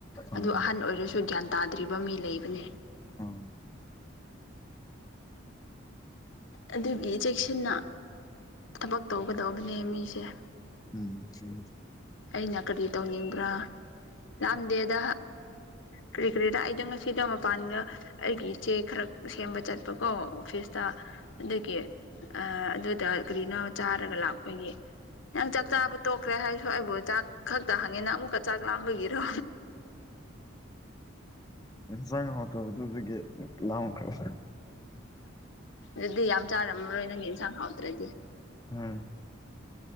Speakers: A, on the left; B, on the left.
A: ꯎꯝ
B: ꯑꯗꯨ ꯑꯍꯟ ꯑꯣꯏꯔꯁꯨ ꯒ꯭ꯌꯥꯟ ꯇꯥꯗ꯭ꯔꯤꯕ ꯃꯤ ꯂꯩꯕꯅꯦ
A: ꯎꯝ
B: ꯑꯗꯨꯒꯤ ꯆꯦꯛꯁꯤꯟꯅ ꯊꯕꯛ ꯇꯧꯒꯗꯧꯕꯅꯦ ꯃꯤꯁꯦ
A: ꯎꯝ ꯆꯨꯝꯃꯤ
B: ꯑꯩꯅ ꯀꯔꯤ ꯇꯧꯅꯤꯡꯕ꯭ꯔꯥ ꯂꯥꯛꯑꯝꯗꯦꯗ ꯀꯔꯤ ꯀꯔꯤꯗꯥ ꯑꯩꯗꯣ ꯉꯁꯤꯗꯣ ꯄꯥꯟꯒ ꯑꯩꯒꯤ ꯏꯆꯦ ꯈꯔ ꯁꯦꯝꯕ ꯆꯠꯄꯀꯣ ꯑꯣꯐꯤꯁꯇ ꯑꯗꯨꯒꯤ ꯑ ꯑꯗꯨꯗ ꯀꯔꯤꯅꯣ ꯆꯥꯔꯒ ꯂꯥꯛꯄꯒꯤ ꯅꯪ ꯆꯥꯛ ꯆꯥꯕ ꯇꯣꯛꯈ꯭ꯔꯦ ꯍꯥꯏ ꯑꯩꯕꯨ ꯆꯥꯛ ꯈꯛꯇ ꯍꯥꯡꯉꯦꯅ ꯑꯃꯨꯛꯀ ꯆꯥꯛ ꯂꯥꯝꯕꯒꯤꯔꯣ
A: ꯏꯟꯁꯥꯡ ꯍꯥꯎꯇꯕꯗꯨꯗꯒꯤ ꯂꯝꯈ꯭ꯔꯕ
B: ꯑꯗꯨꯗꯤ ꯌꯥꯝ ꯆꯥꯔꯝꯃꯔꯣꯏ ꯅꯪ ꯌꯦꯟꯁꯥꯡ ꯍꯥꯎꯗ꯭ꯔꯗꯤ
A: ꯎꯝ